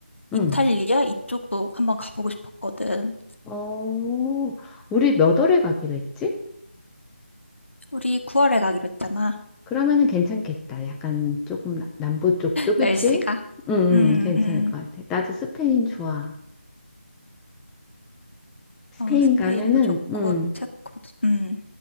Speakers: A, on the left; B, in the centre.
A: 이탈리아
B: 응.
A: 이쪽도 한번 가보고 싶었거든.
B: 어, 우리 몇 월에 가기로 했지?
A: 우리 9월에 가기로 했잖아.
B: 그러면은 괜찮겠다. 약간 조금 나- 남부 쪽도 그치?
A: 날씨가.
B: 응,
A: 음,
B: 응, 괜찮을
A: 음.
B: 것 같아. 나도 스페인 좋아. 스페인
A: 어, 스페인도
B: 가면은,
A: 좋고,
B: 응,
A: 체코도, 음,